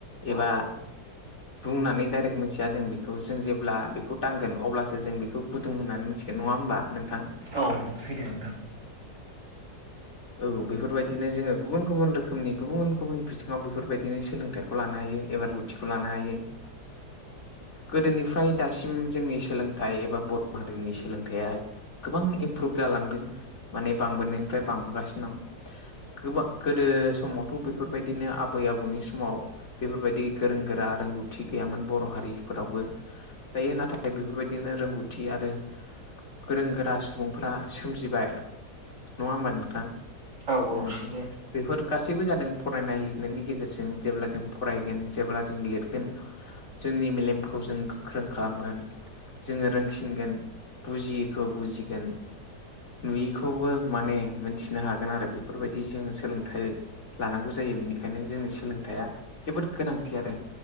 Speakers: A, on the left (about 45°); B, on the right (about 75°).
A: एबा
B: औ औ।
A: बुंनानै डाइरेक्ट मोनथिया जों बेखौ जों जेब्ला बेखौ दांगोन अब्लासो जों बेखौ गुदुं होननानै मिथिगोन नङा होमबा नोंथां
B: औ सैथो नोंथां
A: औ बेफोरबायदिनो जोङो गुबुन गुबुन रोखोमनि गुबुन गुबुन बिथिङाव बेफोरबायदिनो सोलोंथाइखौ लानो हायो एबा रोंग थिखौ लानो औ गोदोनिफ्राय दासिम जोंनि सोलोंथाइ एबा बर' हारिनि सोलोंथाइया गोबां इमप्रुभ जालांदों माने बांबोनायनिफ्राय बांबोगासिनो दं। गोबा गोदो समावथ' बेफोरबायदिनो आबै आबौनि समाव बेफोरबायदि गोरों गोरा रोंगौथि गैयामोन बर' हारिफोरावबो दायो नाथाय बेफोरबायदिनो रोंगौथि आरो गोरों गोरा सुबुंफोरा सोमजिबाय नङा होमबा नों थां
B: औ
A: ओम
B: औ सैथो
A: बेफोर गासैबो जादों फरायनाय लिरनायनि गेजेरजों जेब्ला जों फरायगोन जेब्ला जों लिरगोन जोंनि मेलेमखौ जों गोख्रों खालामगोन जोङो रोंसिनगोन बुजियैखौ बुजिगोन नुयिखौबो माने मोनथिनो हागोन आरो बेफोरबायदि जों सोलोंथाइ लानांगौ जायो बिनिखायनो जोंनो सोलोंथाइया जोबोद गोनांथि आरो